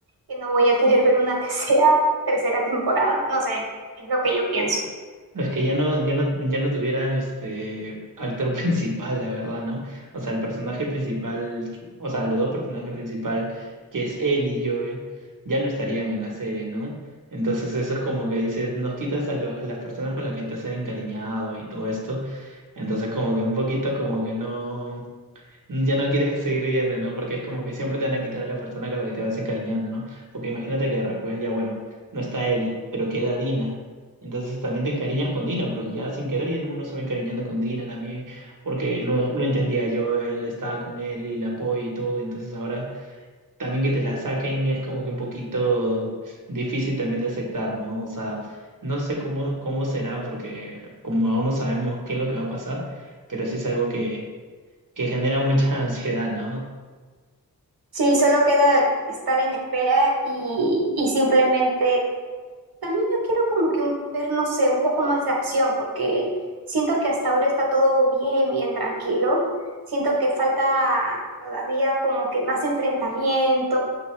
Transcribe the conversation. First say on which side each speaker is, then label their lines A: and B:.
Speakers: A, on the right (about 80°); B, on the right (about 55°).
A: que no voy a querer ver una <laughs> tercera tercera temporada. No sé, es lo que yo pienso.
B: Es que ya no, ya no, ya no tuvieran este actor <laughs> principal, la verdad, ¿no? O sea, el personaje principal, que- o sea, los dos personajes principales, que es él y Joel, ya no estarían en la serie, ¿no? Entonces eso es como que dices, nos quitas a, lo- a las personas con las que te has encariñado y todo esto. Entonces como que un poquito como que no mm, Ya no quieres <laughs> seguir viviendo, ¿no? Porque es como que siempre te van a quitar a la persona con la que te vas encariñando, ¿no? Porque imagínate que después ya, bueno, no está Eli, pero queda Dina. Entonces también te encariñas con Dina, porque ya sin querer ya uno se va encariñando con Dina también, porque lo, lo entendía yo, él estaba con Eli, la apoyo y todo, entonces ahora también que te la saquen es como que un poquito difícil también de aceptar, ¿no? O sea, no sé cómo, cómo será, porque como aún no sabemos qué es lo que va a pasar, pero sí es algo que que genera mucha <laughs> ansiedad, ¿no?
A: Sí, solo queda estar en espera y, y simplemente también yo quiero como que un, ver, no sé, un poco más de acción, porque siento que hasta ahora está todo bien, bien tranquilo. Siento que falta todavía como que más enfrentamientos